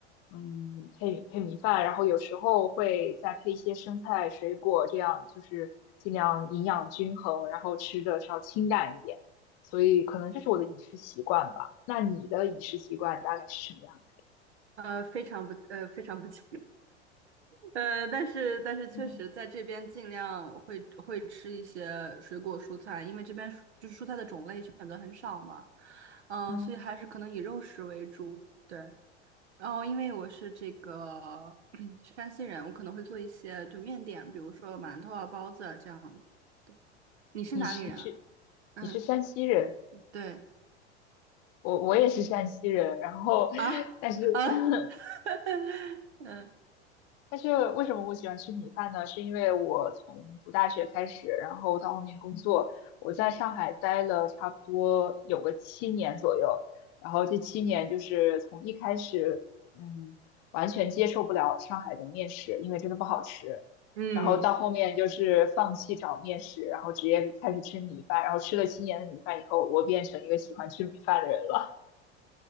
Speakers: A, on the left; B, on the right.
A: 嗯配配米饭，然后有时候会再配一些生菜、水果，这样就是尽量营养均衡，然后吃的稍清淡一点，所以可能这是我的饮食习惯吧。那你的饮食习惯大概是什么样的？
B: 呃，非常不呃非常不 <laughs> 健呃，但是但是确实在这边尽量会会吃一些水果蔬菜，
A: 嗯
B: 因为这边蔬就是蔬菜的种类选择很少嘛，嗯、
A: 嗯，
B: 所以还是可能以肉食为主。对，然后因为我是这个 <clears throat> 山西人，我可能会做一些就面点，比如说馒头啊、包子啊这样子。对，你是哪里人啊？
A: 你是你是
B: 嗯，
A: 你是山西人？
B: 对
A: 我我也是山西人，然后但是
B: 啊啊，
A: <laughs>
B: <laughs> 嗯。
A: 但是为什么我喜欢吃米饭呢？是因为我从读大学开始，然后到后面工作，我在上海待了差不多有个七年左右，然后这七年就是从一开始，嗯，完全接受不了上海的面食，因为真的不好吃，
B: 嗯。
A: 然后到后面就是放弃找面食，然后直接开始吃米饭，然后吃了七年的米饭以后，我变成一个喜欢吃米饭的人了。